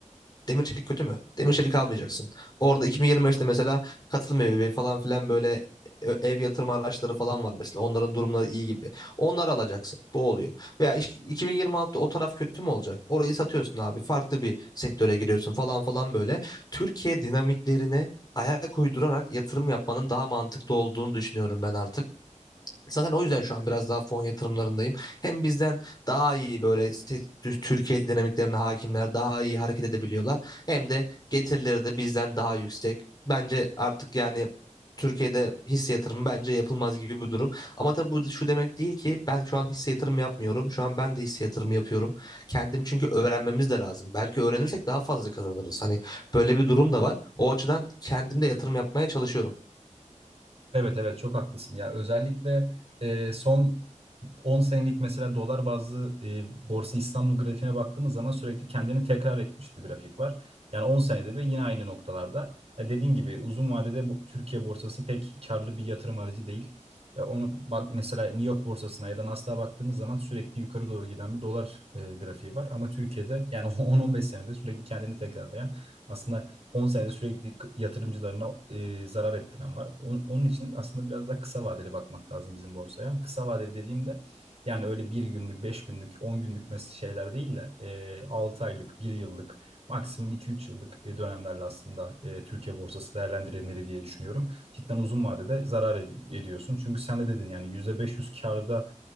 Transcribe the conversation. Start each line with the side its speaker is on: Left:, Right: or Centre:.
Left: Demir çelik kötü mü? Demir çelik almayacaksın. Orada 2025'te mesela katılım evi falan filan böyle e- ev yatırma araçları falan var mesela. Onların durumları iyi gibi. Onları alacaksın. Bu oluyor. Veya iş- 2026'da o taraf kötü mü olacak? Orayı satıyorsun abi. Farklı bir sektöre giriyorsun falan falan böyle. Türkiye dinamiklerine ayak uydurarak yatırım yapmanın daha mantıklı olduğunu düşünüyorum ben artık. Zaten o yüzden şu an biraz daha fon yatırımlarındayım. Hem bizden daha iyi böyle te- tü- Türkiye dinamiklerine hakimler daha iyi hareket edebiliyorlar. Hem de getirileri de bizden daha yüksek. Bence artık yani Türkiye'de hisse yatırımı bence yapılmaz gibi bir durum. Ama tabii bu şu demek değil ki ben şu an hisse yatırımı yapmıyorum. Şu an ben de hisse yatırımı yapıyorum. Kendim çünkü öğrenmemiz de lazım. Belki öğrenirsek daha fazla kazanırız. Hani böyle bir durum da var. O açıdan kendim de yatırım yapmaya çalışıyorum.
Right: Evet evet çok haklısın ya özellikle e, son 10 senelik mesela dolar bazlı e, Borsa İstanbul grafiğine baktığımız zaman sürekli kendini tekrar etmiş bir grafik var. Yani 10 senede ve yine aynı noktalarda. Ya dediğin gibi uzun vadede bu, Türkiye borsası pek karlı bir yatırım aracı değil. Ya onu bak mesela New York borsasına ya da Nasdaq'a baktığımız zaman sürekli yukarı doğru giden bir dolar e, grafiği var. Ama Türkiye'de yani <laughs> 10-15 senede sürekli kendini tekrarlayan aslında 10 senede sürekli yatırımcılarına e, zarar ettiren var. On- Onun için aslında biraz daha kısa vadeli bakmak lazım bizim borsaya. Kısa vadeli dediğimde yani öyle bir günlük, 5 günlük, 10 günlük mes- şeyler değil de e, 6 aylık, bir yıllık, maksimum iki üç yıllık e, dönemlerle aslında e, Türkiye borsası değerlendirilmeli diye düşünüyorum. Cidden uzun vadede zarar ed- ediyorsun. Çünkü sen de dedin yani %500 karda